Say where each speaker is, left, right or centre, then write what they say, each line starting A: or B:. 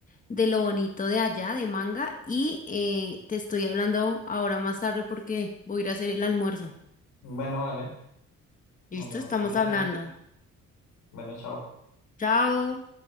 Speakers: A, on the left (about 25°); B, on the left (about 85°).
A: de lo bonito de allá, de Manga, y eh, te estoy hablando ahora más tarde porque voy a ir a hacer el almuerzo.
B: Bueno, vale.
A: ¿Listo?
B: Hablamos
A: Estamos
B: ahorita.
A: hablando.
B: Bueno, chao.
A: Chao.